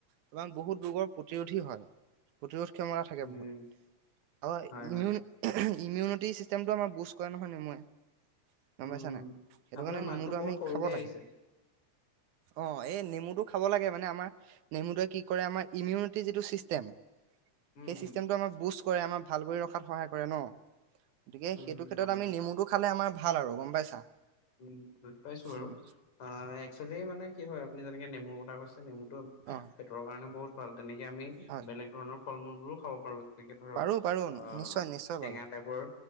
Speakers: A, on the right; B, on the left.
A: তোমাৰ বহুত ৰোগৰ প্ৰতিৰোধী হয়। প্ৰতিৰোধ ক্ষমতা থাকে
B: উম
A: বহুত, আ
B: হয়
A: ইমিউন
B: হয়
A: ইমিউনিটি চিষ্টেমটো আমাৰ বুষ্ট কৰে নহয় নেমুৱে। গম
B: উম
A: পাইছা নাই, সেইটো
B: আপোনাৰ
A: কাৰণে
B: মাতটো
A: নেমুটো
B: বহুত
A: আমি
B: সৰুকে
A: খাব লাগে।
B: আহিছে
A: অ এই নেমুটো খাব লাগে মানে আমাৰ নেমুটোয়ে কি কৰে আমাৰ ইমিউনিটি যিটো চিষ্টেম,
B: উম
A: সেই
B: উম
A: চিষ্টেমটো আমাৰ বুষ্ট ভাল কৰি ৰখাত সহায় কৰে ন, গতিকে
B: উম
A: সেইটো ক্ষেত্ৰ
B: হয়
A: আমি
B: হয়
A: নেমুটো খালে আমাৰ ভাল আৰু গম পাইছা।
B: উম বুজি পাইছো বাৰু
A: উম
B: অ এক্চুৱেলি মানে কি হয় আপুনি যেনেকে নেমুৰ কথা কৈছে নেমুটো
A: অ
B: পেতৰ কাৰণে বহুত ভাল তেনেকে আমি
A: হয়
B: বেলেগ ধৰণৰ ফল মূলবোৰো খাব পাৰো যেনেকে ধৰক
A: পাৰো পাৰো
B: আহ
A: নিশ্চয় নিশ্চয়
B: টেঙা
A: পাৰো
B: টাইপৰ